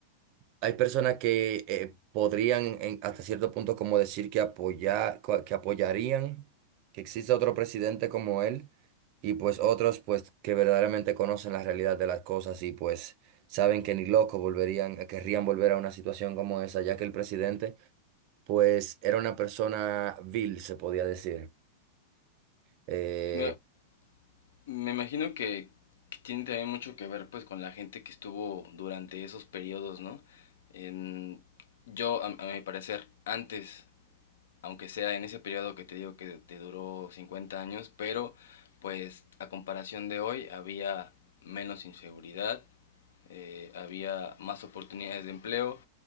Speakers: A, on the right; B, on the left.
A: Hay personas que eh, podrían en- hasta cierto punto como decir que apoya- co- que apoyarían que exista otro presidente como él y pues otros pues que verdaderamente conocen la realidad de las cosas y pues saben que ni loco volverían, eh, querrían volver a una situación como esa, ya que el presidente pues era una persona vil, se podía decir. Eh,
B: Me, me imagino que, que tiene también mucho que ver pues con la gente que estuvo durante esos periodos, ¿no? En, yo, a, a mi parecer, antes aunque sea en ese periodo que te digo que te duró 50 años, pero pues a comparación de hoy había menos inseguridad, eh, había más oportunidades de empleo,